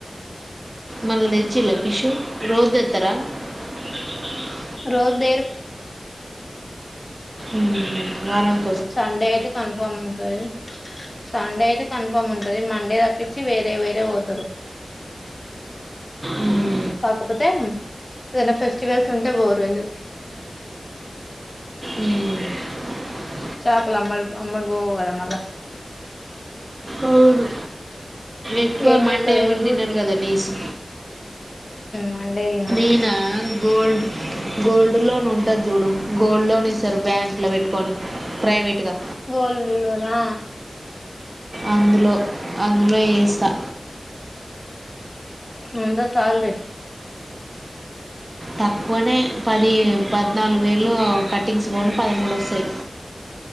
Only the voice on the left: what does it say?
రోజుదేరు
సండే అయితే కన్ఫర్మ్ ఉంటది సండే ఆయి కన్ఫర్మ్ ఉంటది మండే తప్పించి వేరే వేరే పోతరు
కాకపోతే ఏదనా ఫెస్టివల్స్ ఉంటే బోరు ఎందు
చాపుల అమ్మ అమ్మడు పోవు కదా మళ
ఏం
చేస్తావు
ఏం డ్యూటీ
మండే తినరు
గోల్ డ్ లోనా
ముంద సాల రే